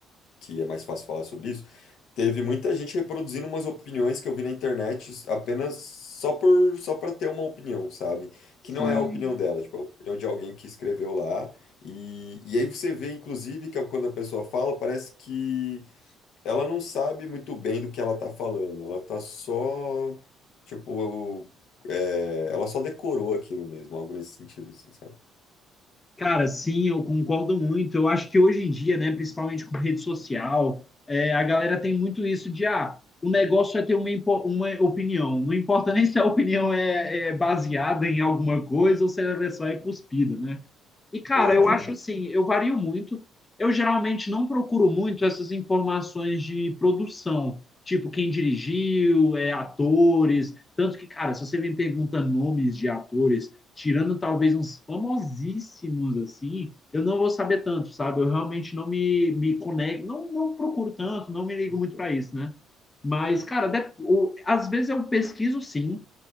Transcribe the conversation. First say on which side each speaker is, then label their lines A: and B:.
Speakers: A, on the left; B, on the left.
A: que é mais fácil falar sobre isso, teve muita gente reproduzindo umas opiniões que eu vi na internet s- apenas só por, só para ter uma opinião, sabe?
B: Sim.
A: Que não é a opinião dela, tipo, é a opinião de alguém que escreveu lá. E, e aí você vê, inclusive, que é quando a pessoa fala, parece que ela não sabe muito bem do que ela tá falando, ela tá só, tipo, é, ela só decorou aquilo mesmo, algo nesse sentido, assim, sabe?
B: Cara, sim, eu concordo muito. Eu acho que hoje em dia, né, principalmente com rede social, é, a galera tem muito isso de, ah, o negócio é ter uma, impo- uma opinião. Não importa <laughs> nem se a opinião é, é baseada em alguma coisa ou se ela é só é cuspida, né? E, cara,
A: Aham,
B: eu acho assim, eu vario muito. Eu geralmente não procuro muito essas informações de produção, tipo quem dirigiu, é, atores. Tanto que, cara, se você me pergunta nomes de atores, tirando talvez uns famosíssimos assim, eu não vou saber tanto, sabe? Eu realmente não me, me conecto, não, não procuro tanto, não me ligo muito para isso, né? Mas, cara, de- o- às vezes eu pesquiso sim,